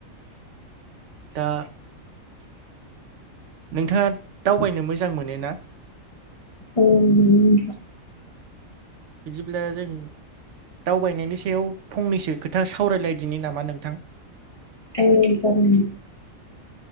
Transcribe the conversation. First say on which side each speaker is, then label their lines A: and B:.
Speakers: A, on the right; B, on the left.
A: दा नोंथाङा दावबायनो मोजां मोनो ना?
B: औ मोनो।
A: बिदिब्ला जों दावबायनायनि सायाव फंनैसो खोथा सावरायलायदिनि नामा नोंथां?
B: औ जागोन।